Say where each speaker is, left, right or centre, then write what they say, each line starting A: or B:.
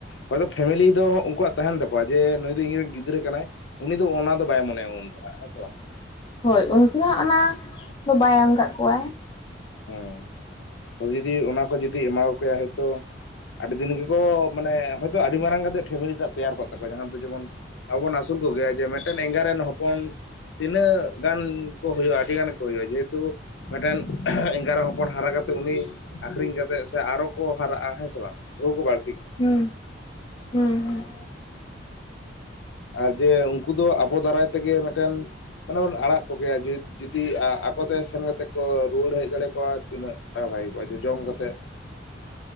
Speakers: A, on the left; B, on the left.
A: ᱦᱚᱭᱚ ᱯᱷᱮᱢᱮᱞᱤ ᱫᱚ ᱩᱱᱠᱩᱣᱟᱜ ᱛᱟᱦᱮᱱ ᱛᱟᱠᱚᱣᱟ ᱡᱮ ᱱᱩᱭ ᱫᱚ ᱤᱧ ᱨᱮᱱ ᱜᱤᱫᱽᱨᱟᱹ ᱠᱟᱱᱟᱭ᱾ ᱩᱱᱤ ᱫᱚ ᱚᱱᱟ ᱫᱚ ᱵᱟᱭ ᱢᱚᱱᱮᱭᱟ ᱩᱱ ᱫᱚ ᱦᱮᱸᱥᱮ ᱵᱟᱝ?
B: ᱦᱳᱭ ᱩᱱᱠᱩ ᱦᱚᱸ ᱚᱱᱟ ᱫᱚ ᱵᱟᱭ ᱮᱢ ᱟᱠᱟᱫ ᱠᱚᱣᱟᱭ᱾
A: ᱦᱮᱸ ᱟᱫᱚ ᱡᱩᱫᱤ ᱚᱱᱟ ᱠᱚ ᱡᱩᱫᱤ ᱮᱢᱟ ᱣᱟᱠᱚᱭᱟ ᱦᱚᱭᱛᱚ ᱟᱹᱰᱤ ᱫᱤᱱ ᱜᱮᱠᱚ ᱢᱟᱱᱮ ᱦᱚᱭᱛᱳ ᱟᱹᱰᱤ ᱢᱟᱨᱟᱝ ᱠᱟᱛᱮᱜ ᱯᱷᱮᱢᱮᱞᱤ ᱴᱟᱜ ᱛᱮᱭᱟᱨ ᱠᱚᱜ ᱛᱟᱠᱚᱣᱟ ᱡᱟᱦᱟᱸ ᱫᱚ ᱡᱮᱢᱚᱱ ᱟᱵᱚ ᱵᱚᱱ ᱟᱹᱥᱩᱞ ᱠᱚᱜᱮᱭᱟ ᱡᱮ ᱢᱤᱫᱴᱮᱱ ᱮᱸᱜᱟ ᱨᱮᱱ ᱦᱚᱯᱚᱱ ᱛᱤᱱᱟᱹᱜ ᱜᱟᱱ ᱠᱚ ᱦᱩᱭᱩᱜᱼᱟ? ᱟᱹᱰᱤ ᱜᱟᱱ ᱠᱚ ᱦᱩᱭᱩᱜᱼᱟ, ᱡᱮᱦᱮᱛᱩ ᱢᱤᱫᱴᱮᱱ ᱮᱸᱜᱟᱨᱮᱱ ᱦᱚᱯᱚᱱ ᱦᱟᱨᱟ ᱠᱟᱛᱮᱜ ᱩᱱᱤ ᱟᱠᱷᱨᱤᱧ ᱠᱟᱛᱮᱜ ᱥᱮ ᱟᱨᱚ ᱠᱚ ᱦᱟᱨᱟᱜᱼᱟ ᱦᱮᱸ ᱥᱮ ᱵᱟᱝ ᱵᱷᱩ ᱠᱚ ᱵᱟᱹᱲ
B: ᱦᱩᱸ, ᱦᱩᱸ ᱦᱩᱸ᱾
A: ᱟᱨ ᱡᱮ ᱩᱱᱠᱩ ᱫᱚ ᱟᱵᱚ ᱫᱟᱨᱟᱭ ᱛᱮᱜᱮ ᱢᱤᱫᱴᱮᱱ᱾ ᱢᱟᱱᱮ ᱵᱚᱱ ᱟᱲᱟᱜ ᱠᱚ ᱜᱮᱭᱟ ᱡᱩᱫᱤ ᱟᱠᱚᱛᱮ ᱥᱮᱱ ᱠᱟᱛᱮᱫ ᱠᱚ ᱨᱩᱣᱟᱹᱲ ᱦᱮᱡ ᱫᱟᱲᱮ ᱠᱚᱣᱟ ᱛᱤᱱᱟᱹᱜ ᱴᱟ ᱵᱷᱟᱜᱤ ᱠᱚᱜᱼᱟ ᱡᱮ ᱡᱚᱢ ᱠᱟᱛᱮᱜ᱾